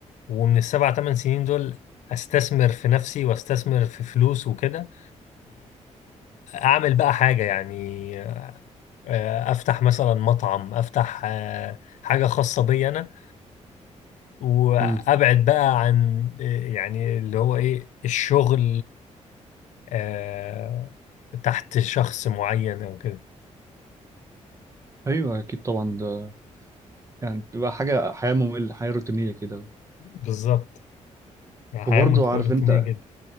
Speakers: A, on the left; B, on the right.
A: ومن السبع تمن سنين دول استثمر في نفسي واستثمر في فلوس وكده واعمل بقى حاجه يعني آه، افتح مثلا مطعم افتح آه، حاجه خاصه بي انا وابعد
B: امم
A: بقى عن آه، يعني اللي هو ايه الشغل آه، تحت شخص معين او كده
B: ايوه اكيد طبعا ده يعني بتبقى حاجه حياه ممله حياه روتينيه كده
A: بالظبت يعني حياه
B: وبرضه
A: مت-
B: عارف
A: روتينيه
B: انت
A: جدا